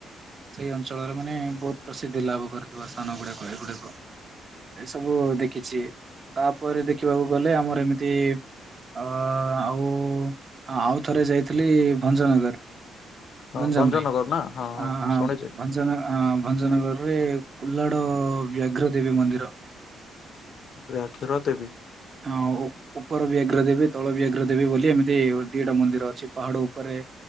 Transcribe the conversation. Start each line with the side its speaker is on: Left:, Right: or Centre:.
Right: ସେଇ ଅଞ୍ଚଳରେ ମାନେ ବହୁତ ପ୍ରସିଦ୍ଧି ଲାଭ କରିଥିବା ସ୍ଥାନ ଗୁଡାକ ଏଗୁଡିକ । ଏ ସବୁ ଦେଖିଛି ତାପରେ ଦେଖିବାକୁ ଗଲେ, ଆମର ଏମିତି ଅ, ଆଉ ଆଉଥରେ ଯାଇଥିଲି, ଭଞ୍ଜନଗର
Left: ହଁ
Right: ଗଞ୍ଜାମର
Left: ଭଞ୍ଜନଗର
Right: ହିଁ,
Left: ନା ହଁ
Right: ହଁ
Left: ଶୁଣିଛି
Right: ଗଞ୍ଜାମ। ଭଞ୍ଜନଗରରେ କୋଲାଡ ବ୍ୟାଘ୍ର ଦେବୀ ମନ୍ଦିର ।
Left: ବ୍ୟାଘ୍ର ଦେବି
Right: ହଁ, ଓ ଉପର ବ୍ୟାଘ୍ର ଦେବୀ, ତଳ ବ୍ୟାଘ୍ର ଦେବୀ, ବୋଲି ଏମିତି ଦିଟା ମନ୍ଦିର ଅଛି ପାହାଡ ଉପରେ